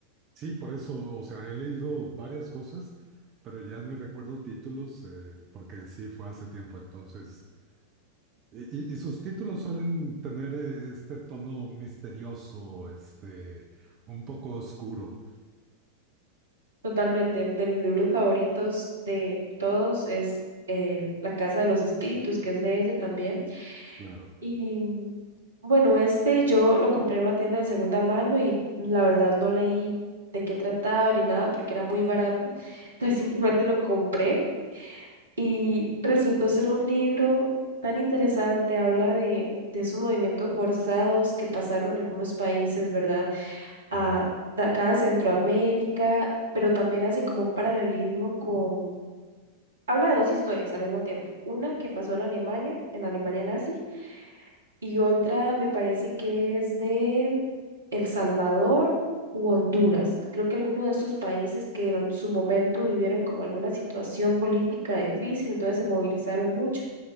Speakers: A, on the right; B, on the right.
A: Sí, por eso, o sea, he leído varias cosas, pero ya ni recuerdo títulos, eh, porque sí fue hace tiempo, entonces. Y, y- y sus títulos suelen tener eh, este tono misterioso, este, un poco oscuro.
B: Totalmente. De mis libros favoritos de todos es eh, La Casa de los Espíritus, que es de ella también.
A: Claro,
B: Y mm, bueno, este yo lo compré en una tienda de segunda mano y la verdad no leí de qué trataba ni nada porque era muy barato. <laughs> Entonces simplemente lo compré y resultó ser un libro tan interesante. Habla de, de esos movimientos forzados que pasaron en algunos países, ¿verdad? a,
A: claro.
B: de acá de Centroamérica, pero también hace como un paralelismo con... Habla de dos historias al mismo tiempo. Una que pasó en Alemania, en la Alemania nazi, y otra me parece que es de El Salvador u Honduras. Creo que alguno de esos países que en su momento vivieron como alguna situación política difícil, entonces se movilizaron mucho